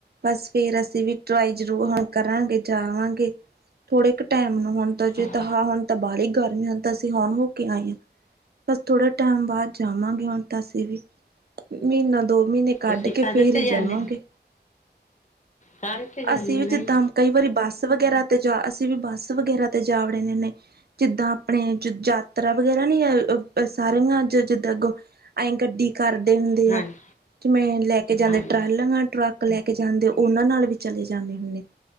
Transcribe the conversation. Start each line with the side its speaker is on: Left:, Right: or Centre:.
Right: ਬਸ ਫੇਰ ਅਸੀਂ ਵੀ ਟਰਾਈ ਜ਼ਰੂਰ ਹੁਣ ਕਰਾਂਗੇ ਜਾਵਾਂਗੇ। ਥੋੜੇ ਕ ਟਾਈਮ ਨੂੰ ਹੁਣ ਤਾਂ ਜੇ
Left: ਹਾਂ
Right: ਤੇਹਾ ਹੁਣ ਤਾਂ ਬਾਲੀ ਗਰਮੀ ਹੁਣ ਤਾਂ ਅਸੀਂ ਹੁਣ ਹੋ ਕੇ ਆਏ ਆਂ। ਬਸ ਥੋੜੇ ਟਾਈਮ ਬਾਦ ਜਾਵਾਂਗੇ ਹੁਣ ਤਾਂ ਅਸੀਂ ਵੀ ਮੀਂਨਾ ਦੋ ਮੀਂਨੇ ਕੱਢ
Left: ਤੁਸੀਂ
Right: ਕੇ
Left: ਕਾਹਦੇ
Right: ਫੇਰ
Left: ਤੇ
Right: ਈ ਜਾਵਾਂਗੇ।
Left: ਜਾਂਦੇ ਕਾਹਦੇ ਤੇ ਜਾਂਦੇ
Right: ਅਸੀਂ
Left: ਹੋ
Right: ਵੀ ਜਿੱਦਾਂ
Left: ਨਾ ਜੀ
Right: ਕਈ ਵਾਰੀ ਬੱਸ ਵਗੈਰਾ ਤੇ ਜਾ ਅਸੀਂ ਵੀ ਬੱਸ ਵਗੈਰਾ ਤੇ ਜਾ ਵੜਨੇ ਨੇ। ਜਿੱਦਾਂ ਆਪਣੇ ਜਾ ਜਾਤਰਾ ਵਗੈਰਾ ਨੀਂ ਏ ਊ ਸਾਰੀਆਂ ਜਿੱਦਾਂ ਗੋ ਅਏ ਗੱਡੀ? ਕਰਦੇ ਹੁੰਦੇ
Left: ਹਾਂਜੀ
Right: ਆ ਕਿ ਮੈਂ ਲੈ ਕੇ ਜਾਂਦੇ
Left: ਹਾਂਜੀ
Right: ਟਰਾਲਾਂ ਟਰੱਕ ਲੈ ਕੇ ਜਾਂਦੇ ਓਨਾਂ ਨਾਲ ਵੀ ਚਲੇ ਜਾਂਨੇ ਹੁੰਨੇ।